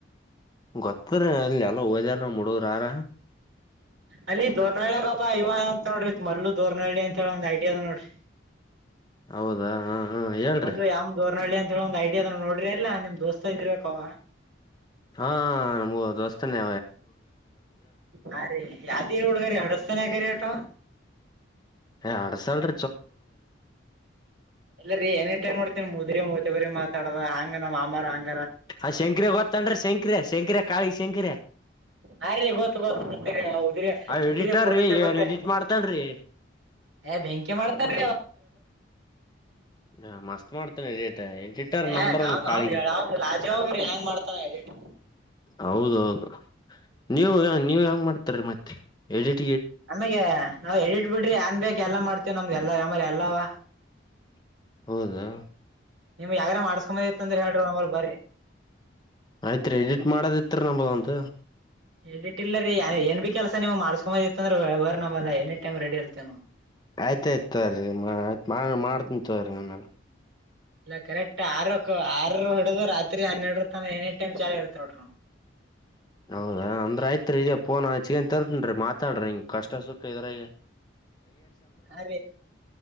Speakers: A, on the left; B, on the right.
A: ಗೊತ್ತರಿೀ ಅಲ್ಲಿ ಎಲ್ಲ ಹೋದಾರ ಮೂಡೋ್ರಾರ
B: ಅಲ್ಲಿ ದೊಳಾಗಬಾ ಇವಂತ ನೋಡ್ರಿ ಮಲ್ಲು ದೋರ್ ನೋಿ ಅಂತ ಹೇಳಿ ಒಂದು ಐಡಿಯಾ ಅದ ನೋಡ್ರಿ
A: ಹೌದಾ ಹ ಹ ಹೇಳ್ರಿ
B: ಮಲ್ಲಲು ಯಮ ೋರಣ ಒಂದು ಐಡಿಯಾಾದ ನೋಡ್ರಿ ಅಲ್ಲಾ ನಿಮ್ ದೋಸ್ತ ಇದ ಇರ್ಬೇಕ ಅವ
A: ಹಾ ನಮಗೂ ದೋಸ್ತಾನೆ
B: ಹ ರೀ ಯಾವ್ದಿ ಹುಡ್ಗರಿೀ ಅಡಸ್ತಾನ ಯಾಕರಿೀ ಅಟ
A: ಹ್ಡಸಾಲ್ರ
B: ಎಲ್ಲರಿೀ ಏನೇಟೈ್ ನೋಡ್ ಮುದ್ರ ಮ ಬರಿ ಮಾತಾಡ ಹಂಗ ನಮ್ಮ ಮಾಮಾರ್ಂಗ
A: ಹ ಶಂಕರ ಗೊತ್ತಂಡ್ರೆ ಶಂಕರ ಶಂಕರ ಕಾಳಿ ಶಂಕರ
B: ಹಾ ರೀ ಗೊ ಗೊ ಉುದು್ರ
A: ಆ
B: ಉುದುಿರ
A: ಎಡಿಟರ್
B: ಫೋಟೋ
A: ರೀ
B: ತಗೋತ್ತೇ
A: ಏನ್ ಎಡಿಟ್ ಮಾಡ್ತನ್ರಿ
B: ಏ ಬೆಂಕಿ ಮಾಡ್ತಾರ
A: ಹಾ ಮಸ್ತ್ ಮಾಡ್ತೇನೆ ಎಡಿಟರ್ ಎಡಿಟರ್
B: ನೀವು
A: ನಂಬರ್
B: ಏ
A: ಒನ್
B: ಅವ್ನ್
A: ಕಾಳಗಿ
B: ಅವ್ನ್ ಹೇಳ ಅವ್ನ್ ಲಾಜಿ ಹೋಗ್ರಿ ಹೆಂಗ್ ಮಾಡ್ತಾನ ಎಡಿಟ್
A: ಹೌದೌದು ನೀವು ನೀವ್ ಹೆಂಗ ಮಾಡ್ತಾರೀ ಮತ್ತೆ ಎ
B: ನಮಗೆ ನಾವ್ ಎಟ್ ಬಿಡ್ರಿ ಏನ್ ಬೇಕ ಎಲ್ಲಾ ಮಾಡ್ತೇವ ನಮ್್ದ ಎಲ್ಲಾ ಆಮಲೆ ಎಲ್ಲಾವ
A: ಹೌದಾ
B: ನಿಮ್ ಯಗಾರ ಮಾಡ್ಸ್ಕೊಂಬದಿತ್ತ ಅಂದ್ರೆ ಹೇಳ್ರಿ ಒ್ರ ಬರರಿ
A: ಆಯ್ತ್ರಿೀ ಎಡಿಟ್ ಮಾಡೋದಿತ್ರ ನಂಬ ಅಂತ
B: ಹೇಳಿಟ್ಟಿಲ್ಲ ರೀ ಏನ್ ಭ ಕೆಲಸ ನಿಮ್ಮ್ ಮಾಡ್ಸ್ಕೊಂಬದಿತಿ ಅಂದ್ರ ಬ ನಂಬಲ್ಲ ಎನ ಟೈಮ್ ರೆಡಿ ಇರ್ತೇವವು
A: ಆಯ್ತಾಯಯ್ತು ತ್ರಿ ಆಯ್ತ್ ಮಾಡ್ತನ ತವ್ರಿ ನಮ್ಮೆಲ್ಲ
B: ಇಲ್ಲ ಕರೆಕ್ಟ್ ಆರಕ್ಕ ಆರ್ ಹಿಡ್ದ್ ರಾತ್ರಿ ಹನ್ನೆರಡರ ತ ಎನಿ ಟೈಮ್ ಚಾಲ ಇರ್ತ ನೋಡ್ರರು
A: ಹೌದಾ ಅಂದ್ರ ಆಯ್ತ್ ಇದ ಪಫೋನ್ ಚಗನ್ ತರ್ತನಮಾತಾಡ್ರಿ ಹಿಂಗ ಕಷ್ಟ ಸುಖ ಇದ್ರ ಈಗ
B: ಅ